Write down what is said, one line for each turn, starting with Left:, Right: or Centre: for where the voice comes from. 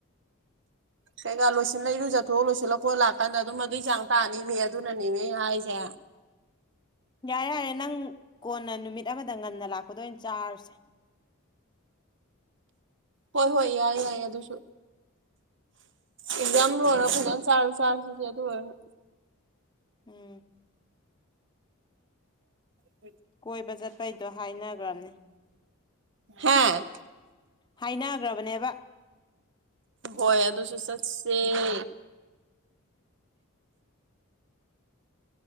Right: ꯀꯩꯀꯥ ꯂꯣꯏꯁꯤꯜꯂ ꯏꯔꯨꯖꯠꯊꯣꯛꯑ ꯂꯣꯏꯁꯤꯜꯂ ꯈꯣꯠꯂ ꯂꯥꯛꯀꯥꯟꯗ ꯑꯗꯨꯝ ꯑꯗꯨꯒꯤ ꯆꯥꯡ ꯇꯥꯅꯤꯃꯦ ꯑꯗꯨꯅꯅꯦꯃꯤ ꯑꯩ ꯍꯥꯏꯁꯦ
Left: <inaudible> ꯌꯥꯔꯦ ꯌꯥꯔꯦ ꯅꯪ ꯀꯣꯟꯅ ꯅꯨꯃꯤꯠ ꯑꯃꯗ ꯉꯟꯅ ꯂꯥꯛꯄꯗ ꯑꯣꯏꯅ ꯆꯥꯔꯁꯦ
Right: ꯍꯣꯏ ꯍꯣꯏ ꯌꯥꯏ ꯌꯥꯏ ꯑꯗꯨꯁꯨ ꯑꯦꯛꯖꯥꯝ ꯂꯣꯏꯔꯣ ꯐꯖꯅ ꯆꯥꯔꯖꯨ ꯆꯥꯔꯁꯤꯁꯦ ꯑꯗꯨ ꯑꯣꯏꯔꯅ
Left: ꯎꯝ
Right: ꯏ <inaudible>
Left: ꯀꯣꯏꯕ ꯆꯠꯄꯩꯗꯣ ꯍꯥꯏꯅꯒ꯭ꯔꯝꯅꯦ
Right: ꯍꯥꯥ
Left: ꯍꯥꯏꯅꯒꯔꯕꯅꯦꯕ
Right: ꯍꯣꯏ ꯑꯗꯨꯁꯨ ꯆꯠꯁꯦ <inaudible>